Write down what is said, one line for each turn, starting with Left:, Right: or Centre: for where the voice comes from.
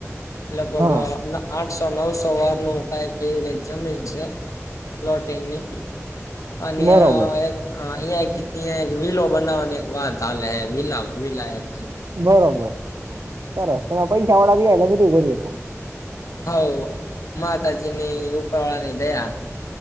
Left: લગભગ
Right: હા
Left: આઠસો, નવસો સવાર નખાય કેક્ઝમ્ટંગની અને
Right: બરોબર
Left: આ હ અહિયાં એક તં એક વીલો બનાવવાની એક વાત ચાલે વિીલા વીલા એક
Right: બરોબર સરસ તમે પૈસા વાળા ગ ને બધું કરીરીએકો
Left: હ માતાજીની ઉફાળાની દયા